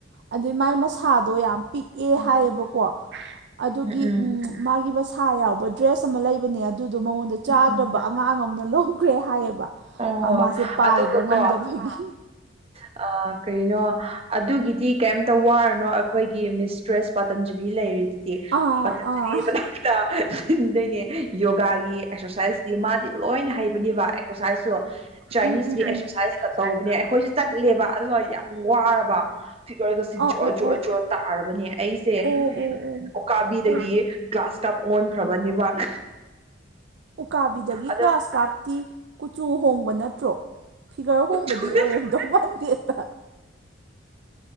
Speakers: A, on the right; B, on the right.
A: ꯑꯗꯨꯏ ꯃꯥꯏ ꯃꯁꯥꯗꯣ ꯌꯥꯝ ꯄꯤꯛꯑꯦ
B: ꯎꯝ
A: ꯍꯥꯏꯌꯦꯕꯀꯣ ꯑꯗꯨꯒꯤ
B: ꯎꯝ ꯎꯝ
A: ꯎ ꯃꯥꯒꯤ ꯃꯁꯥ ꯌꯥꯎꯕ ꯗ꯭ꯔꯦꯁ ꯑꯃ ꯂꯩꯕꯅꯦ ꯑꯗꯨꯗꯣ ꯃꯉꯣꯟꯗ ꯆꯥꯗ꯭ꯔꯕ
B: ꯎꯝ ꯎꯝ
A: ꯑꯉꯥꯡ ꯑꯃꯅ ꯂꯧꯈ꯭ꯔꯦ ꯍꯥꯏꯌꯦꯕ
B: ꯑꯣ
A: ꯑ ꯃꯥꯁꯦ ꯄꯥꯏꯕ
B: ꯑꯗꯨꯒ
A: ꯉꯝꯗꯕꯒꯤ
B: ꯀꯣ ꯑ ꯀꯩꯅꯣ ꯑꯗꯨꯒꯤꯗꯤ ꯀꯌꯦꯝꯇ ꯋꯥꯔꯨꯅꯣ ꯑꯩꯈꯣꯏꯒꯤ ꯃꯤꯁꯇ꯭ꯔꯦꯁ ꯄꯇꯟꯖꯂꯤ ꯂꯩꯔꯤꯗꯨꯗꯤ
A: ꯑꯥ
B: ꯄꯇꯟꯖꯂꯤ
A: ꯑꯥ
B: ꯃꯅꯥꯛꯇ ꯁꯤꯟꯗꯣꯏꯅꯦ ꯌꯣꯒꯥꯒꯤ ꯑꯦꯛꯁꯔꯁꯥꯏꯁꯀꯤ ꯃꯥꯗꯤ ꯂꯣꯏꯅ ꯍꯩꯕꯅꯦꯕ ꯑꯦꯛꯁꯔꯁꯥꯏꯁ ꯁꯨ ꯆꯥꯏꯅꯤꯁꯀꯤ
A: ꯎꯝ ꯎꯝ ꯎꯝ ꯎꯝ
B: ꯑꯦꯛꯁꯔꯁꯥꯏꯁꯀ ꯇꯧꯕꯅꯦ
A: ꯑꯥ
B: ꯑꯩꯈꯣꯏꯁꯨ ꯆꯠꯂꯦꯕ ꯑꯗꯨꯒ ꯌꯥꯝ ꯋꯥꯔꯕ ꯐꯤꯒꯔꯒꯖꯦ
A: ꯑꯣ
B: ꯖꯣꯔ
A: ꯑꯣ
B: ꯖꯣꯔ
A: ꯑꯣ
B: ꯖꯣ ꯇꯥꯔꯕꯅꯦ ꯑꯩ ꯁꯦ
A: ꯑꯣ ꯑꯣ
B: ꯎꯀꯥꯕꯤꯗꯒꯤ
A: ꯑꯣ
B: ꯒ꯭ꯂꯥꯁꯀꯥꯞ ꯑꯣꯟꯈ꯭ꯔꯕꯅꯦꯕ <inaudible>
A: ꯎꯀꯥꯕꯤꯗꯒꯤ
B: ꯑꯗꯣ
A: ꯒ꯭ꯔꯥꯁ ꯀꯥꯞꯇꯤ ꯀꯨꯆꯨ ꯍꯣꯡꯕ ꯅꯠ ꯇ꯭ꯔꯣ ꯐꯤꯒꯔ
B: ꯀꯨꯆꯨꯅ
A: ꯍꯣꯡꯕꯗꯤ ꯑꯣꯏꯔꯝꯗꯧ ꯃꯥꯟꯗꯦꯗ